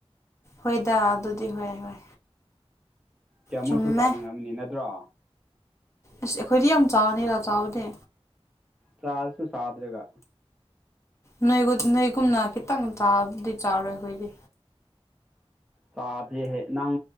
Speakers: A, on the left (about 25°); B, in the centre.
A: ꯍꯣꯏꯗ ꯑꯗꯨꯗꯤ ꯍꯣꯏ ꯍꯣꯏ
B: ꯀꯌꯥꯃꯨꯛꯁꯨ
A: ꯆꯨꯝꯃꯦ
B: ꯆꯥꯕ ꯉꯝꯅꯤ ꯅꯠꯇ꯭ꯔꯣ
A: ꯏꯁ ꯑꯩꯈꯣꯏꯗꯤ ꯌꯥꯝ ꯆꯥꯅꯤꯒ ꯆꯥꯕꯗꯤ
B: ꯆꯥꯔꯁꯨ ꯁꯥꯗ꯭ꯔꯒ
A: ꯅꯣꯏꯒꯨ ꯅꯣꯏꯒꯨꯝꯅ ꯈꯤꯇꯪ ꯆꯥꯕꯗꯤ ꯆꯥꯔꯣꯏ ꯑꯈꯣꯏꯗꯤ
B: ꯆꯥꯗꯦꯍꯦ ꯅꯪ